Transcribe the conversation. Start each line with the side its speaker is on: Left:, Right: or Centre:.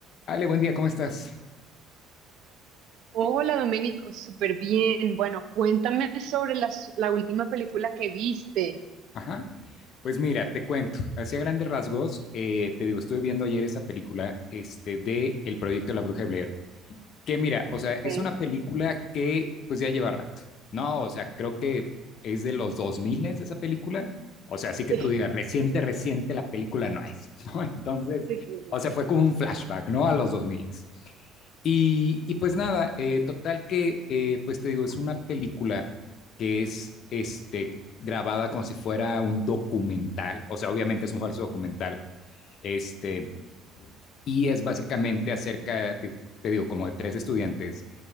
Left: Ale, buen día, ¿cómo estás?
Right: Hola, Domenico, súper bien. Bueno, cuéntame sobre las- la última película que viste.
Left: Ajá. Pues mira, te cuento, así a grandes rasgos, eh, te digo, estuve viendo ayer esa película este, de El proyecto de la Bruja de Blair. Que mira, o sea, es
Right: ¿Eh?
Left: una película que pues ya lleva rato, ¿no? O sea, creo que es de los 2000 esa película. O sea, así que
Right: <laughs>
Left: tú digas, reciente, reciente, la película no es, <laughs> ¿no? Entonces,
Right: Sí, sí, sí, sí.
Left: o sea, fue como un flashback, ¿no? A los 2000. Y, y pues nada, eh, total que, eh, pues te digo, es una película que es este, grabada como si fuera un documental, o sea, obviamente es un falso documental, este, y es básicamente acerca, te, te digo, como de tres estudiantes